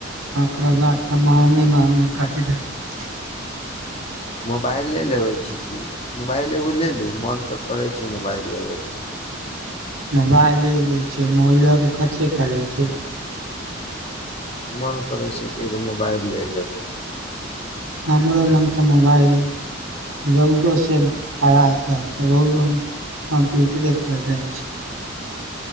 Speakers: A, on the right (about 85°); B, on the left (about 30°).
A: ओकरा बाद तऽ महंगे-महंगे कहि देल छी।
B: मोबाइल ले लेबै छी कि मोबाइल एगो ले लू मोन तऽ करै छैय मोबाइल लेबयके।
A: मोबाइले लै छैय, मोबाइलोके कथी करै छैय।
B: मन करै छैय कि एगो मोबाइल लए लेबै।
A: हमरो लग तऽ मोबाइल रौउदोसँ खराब हए तब रोउदो हम कम्प्यूटरे खरीदै छी।